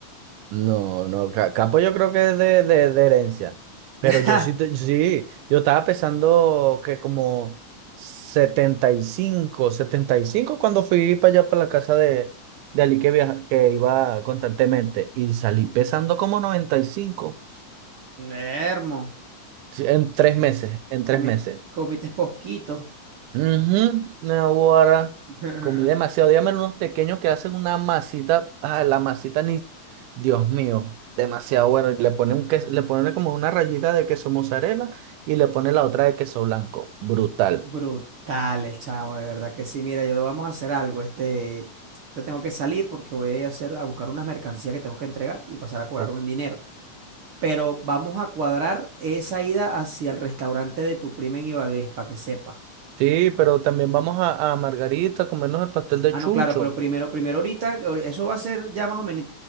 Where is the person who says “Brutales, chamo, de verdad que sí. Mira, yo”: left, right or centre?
Right